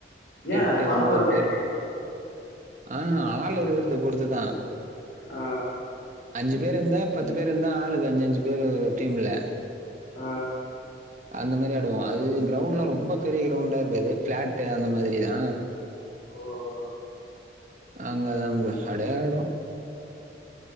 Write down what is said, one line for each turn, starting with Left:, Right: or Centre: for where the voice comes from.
Left: ஏ
Right: எட்டு
Left: பதினோரு
Right: ஒம்போது
Left: பேர்
Right: பேரு
Left: இல்லையா
Right: ஆ ஆள் இருக்கறத பொறுத்து தா
Left: ஆ
Right: அஞ்சு பேர்ருந்தா பத்து பேர்ருந்தா ஆளுக்கு அஞ்சு அஞ்சு பேரு டீம்ல
Left: ஆ
Right: அந்த மாரி ஆடுவோ அது கிரௌண்ட்னா ரொம்ப பெரிய கிரௌண்டா இருக்காது பிளாட்டு் அந்த மாதிரி தா
Left: ஓ ஓ
Right: அங்கே தா ப்போ அடையாடும்